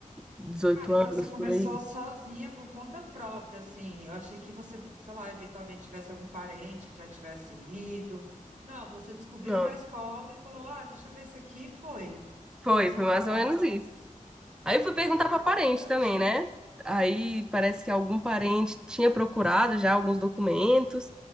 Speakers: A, in the centre; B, on the right.
A: dezoito
B: Cara, então
A: anos
B: você começou
A: por aí.
B: sozinha por conta própria, assim. Eu achei que você, sei lá, eventualmente tivesse algum parente que já tivesse ido. Não, você descobriu
A: Não,
B: na escola e falou: Ah, deixa eu ver isso aqui. e Foi.
A: foi,
B: Começou
A: foi
B: a procurar.
A: mais ou menos isso. Aí eu fui perguntar
B: Caraca,
A: pra
B: que
A: parente
B: interessante.
A: também, né? Aí parece que algum parente tinha procurado já alguns documentos,